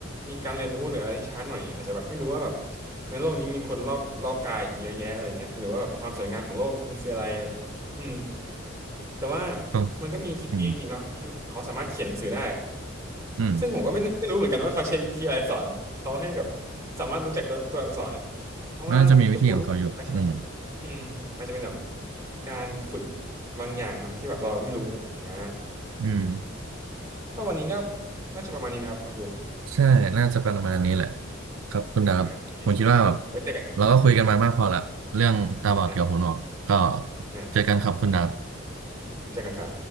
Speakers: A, on the right (about 15°); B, on the right (about 85°).
A: มีการเรียนรู้หรืออะไรที่ช้าหน่อยอาจจะแบบไม่รู้ว่าแบบในโลกนี้มีคนรอบรอบกายอีกเยอะแยะอะไรเงี้ยหรือว่าแบบความสวยงามของโลกมันคืออะไรอืมแต่ว่า
B: ถูก
A: มันก็มีเคสนี้จริงๆเนาะที่เขาสามารถเขียนหนังสือได้
B: อืมอืม
A: ซึ่งผมก็ไม่ไม่รู้เหมือนกันว่าเขาใช้วิธีอะไรสอนเขาให้กับสามารถรู้จักตัวตัวอักษรอ่ะเพราะว่าจะพูดก็พูดได้ใช่ไหม
B: น่าจะมีวิธีของเขาอยู่อืม
A: อืมอาจจะเป็นแบบการฝึกบางอย่างเนอะที่แบบเราไม่รู้อ่า
B: อืม
A: ก็วันนี้ก็น่าจะประมาณนี้นะครับคุณครู
B: ใช่น่าจะประมาณนี้แหละครับคุณดาบผมคิดว่าแบบ
A: อ่าโอเคไว้เจอกัน
B: เราก็คุยกันมามากพอละเรื่องตาบอดกับหูหนวกก็
A: อ่ะอ่ะ
B: เจอกันครับคุณดาบ
A: รู้จักกับเขา